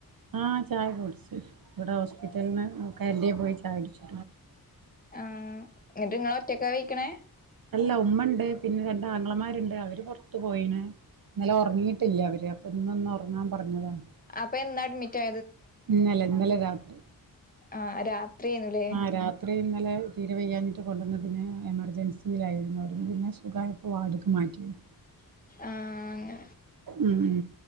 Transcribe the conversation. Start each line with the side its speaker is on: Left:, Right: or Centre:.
Right: ആഹ ചായ കുടിച് ഇവിടെ ഹോസ്പിറ്റൽന്ന് കേൻറ്റിന്ന്പോയി ചായ കുടിച്ചി
Left: ആ എന്നിട്ട് നിങ്ങളൊറ്റക്ക പൊയ്ക്കണേ?
Right: അല്ല ഉമ്മണ്ട് പിന്നെ രണ്ടാങ്ങളമാര്ണ്ട് അവര് പൊറത്തു പോയിണ് ഇന്നലെ ഉറങ്ങിയിട്ടില്ല അവര് അപ്പൊ ഇന്നൊ ഒന്നൊറങ്ങാൻ പറഞ്ഞതാണ്.
Left: അപ്പ എന്നാ അഡ്മിറ്റാ
Right: ഇന്നലെ ഇന്നലെ രാത്രി.
Left: ആഹ രാത്രിയാണ് ലേ?
Right: ആഹ് രാത്രി ഇന്നലെ തീരെ വയ്യഞ്ഞിട്ട് കൊണ്ടന്ന പിന്നെ എമർജൻസിയിലായിരുന്നു അവട്ന്ന് പിന്നെ സുഖായപ്പോ വാട്ക്ക് മാറ്റിയത്.
Left: ആഹ് അങ്ങനെ
Right: ഉം